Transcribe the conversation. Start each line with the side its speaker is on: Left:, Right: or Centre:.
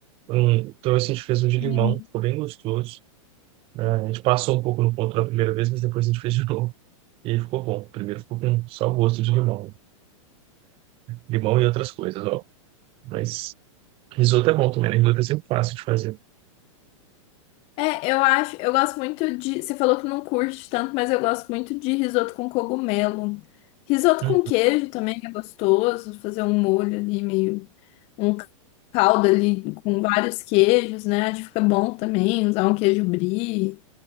Right: Um, então assim, a gente fez um de
Left: Sim.
Right: limão, ficou bem gostoso. A gente passou um pouco no ponto da primeira vez, mas depois a gente fez de <laughs> novo. E aí ficou bom. Primeiro ficou com só o gosto de limão. Limão e outras coisas, ó. Mas risoto é bom também, né? Risoto é sempre fácil de fazer.
Left: É, eu acho, eu gosto muito de. Você falou que não curte tanto, mas eu gosto muito de risoto com cogumelo. Risoto
Right: Uhum.
Left: com queijo também é gostoso, fazer um molho ali, meio um caldo ali com vários queijos, né? Acho que fica bom também, usar um queijo brie.